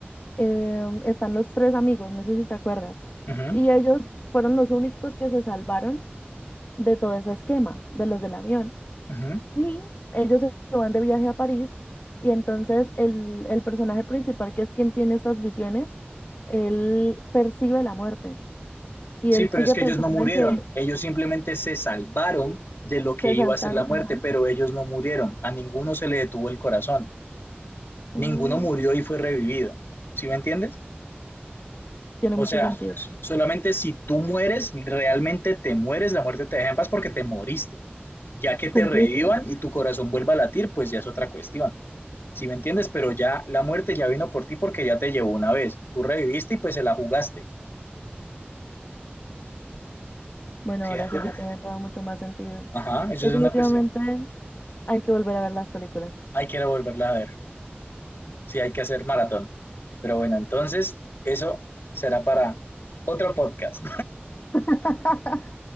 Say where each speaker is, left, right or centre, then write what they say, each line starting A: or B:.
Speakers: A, on the left; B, on the left.
A: eh, están los tres amigos, no sé si te acuerdas.
B: Uh -huh,
A: Y ellos fueron los únicos que se salvaron de todo ese esquema, de los del avión.
B: uh -huh.
A: Y ellos se van de viaje a París y entonces el, el personaje principal, que es quien tiene estas visiones, él percibe la muerte y
B: Sí,
A: él
B: pero
A: sigue
B: es que
A: pensando
B: ellos no murieron,
A: en que
B: ellos simplemente se salvaron de lo que
A: se
B: iba
A: saltaron.
B: a ser la muerte,
A: Ajá.
B: pero ellos no murieron, a ninguno se le detuvo el corazón,
A: Oh,
B: ninguno murió y fue revivido, ¿sí me entiendes?
A: tiene
B: O
A: mucho
B: sea,
A: sentido.
B: solamente si tú mueres, realmente te mueres, la muerte te deja en paz porque te moriste, ya que te
A: Cumpliste.
B: revivan y tu corazón vuelva a latir, pues ya es otra cuestión, ¿sí me entiendes? Pero ya la muerte ya vino por ti porque ya te llevó una vez, tú reviviste y pues se la jugaste,
A: Bueno,
B: ¿sí
A: ahora
B: me entiendes?
A: sí ya tiene todo mucho más sentido.
B: Ajá, eso
A: Definitivamente
B: es una cuestión,
A: hay que volver a ver las películas.
B: hay que volverla a ver. Sí, hay que hacer maratón. Pero bueno, entonces eso será para otro podcast.
A: <laughs>